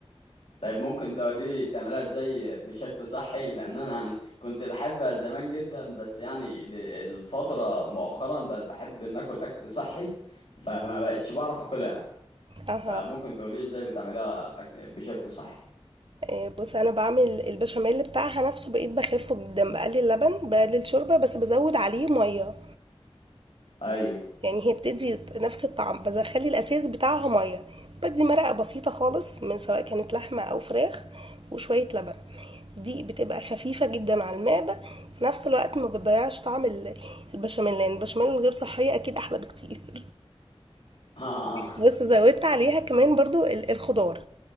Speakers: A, on the left; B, on the right.
A: طيب ممكن تقولي بتعملها ازاي بشكل صحي لان انا يعني كنت بحبها زمان جدا بس يعني ل- الفترة مؤخرا بقت بحب ان اكل اكل صحي فما بقتش بعرف اكلها
B: اها
A: فممكن تقولي ازاي بتعمليها بأكل بشكل صحي
B: آه، بصي انا بعمل البشاميل بتاعها نفسه بقيت بخفه جدا بقلل لبن بقلل شوربه بس بزود عليه ميه
A: ايوه
B: يعني هي بتدي نفس الطعم بس اخلي الاساس بتاعها ميه بدي مرقه بسيطه خالص من سواء كانت لحمه او فراخ وشويه لبن دي بتبقى خفيفه جدا على المعده في نفس الوقت ما بتضيعش طعم ال- البشاميل لان البشاميل الغير صحيه اكيد احلى بكتير <laughs>
A: اه, آه. آه.
B: بص زودت عليها كمان برضو ال- الخضار